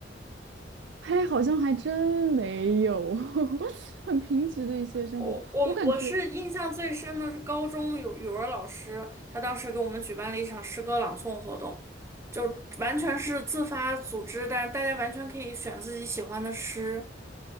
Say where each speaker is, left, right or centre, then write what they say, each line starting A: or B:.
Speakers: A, on the right; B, on the right.
A: 嘿，好像还真没有，<laughs> 很贫瘠的一些生活，
B: 我我我是印象最深的是高中有语文老师，
A: 我感觉。
B: 他当时给我们举办了一场诗歌朗诵活动，就完全是自发组织，但是大家完全可以选自己喜欢的诗。